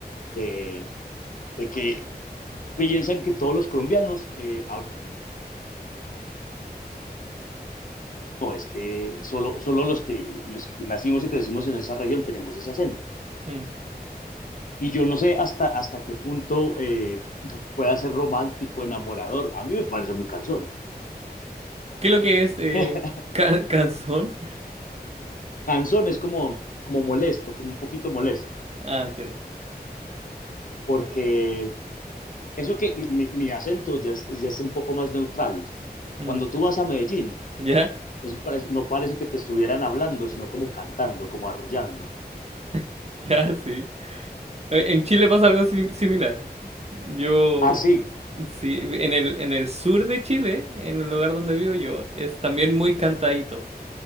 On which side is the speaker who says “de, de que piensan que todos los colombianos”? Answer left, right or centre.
Left